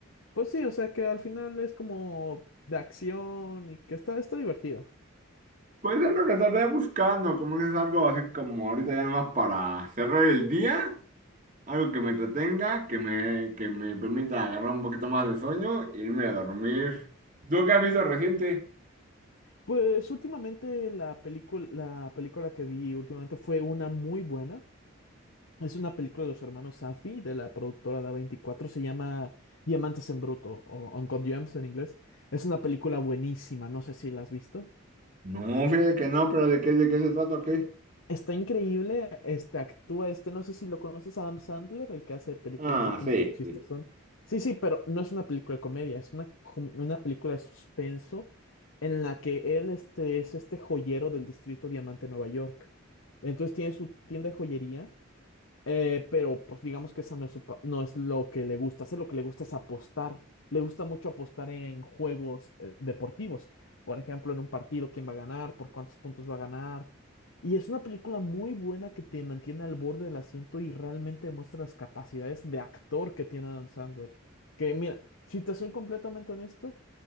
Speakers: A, on the left; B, on the right.
A: pues sí, o sea que al final es como de acción y que está, está divertida.
B: Puede ser lo que estaré buscando, como dices, algo así como ahorita ya nomás para cerrar el día, algo que me entretenga, que me, que me permita agarrar un poquito más de sueño e irme a dormir. ¿Tú qué has visto reciente?
A: Pues últimamente la película, la película que vi últimamente fue una muy buena. Es una película de los hermanos Safdie, de la productora de 24 se llama Diamantes en Bruto o Uncut Gems en inglés. Es una película buenísima, no sé si la has visto.
B: No, fíjate que no, pero ¿de qué, de qué se trata o qué?
A: Está increíble, este actúa este, no sé si lo conoces, Adam Sandler, el que hace películas
B: Ah,
A: así como
B: sí,
A: que chistosón.
B: sí.
A: Sí, sí, pero no es una película de comedia, es una, com- una película de suspenso en la que él este, es este joyero del distrito Diamante, Nueva York. Entonces tiene su tienda de joyería eh, pero pues digamos que esa no es su pa- no es lo que le gusta hacer, lo que le gusta es apostar. Le gusta mucho apostar en juegos eh, deportivos. Por ejemplo, en un partido, quién va a ganar, por cuántos puntos va a ganar. Y es una película muy buena que te mantiene al borde del asiento y realmente muestra las capacidades de actor que tiene Adam Sandler. Que mira, si te soy completamente honesto,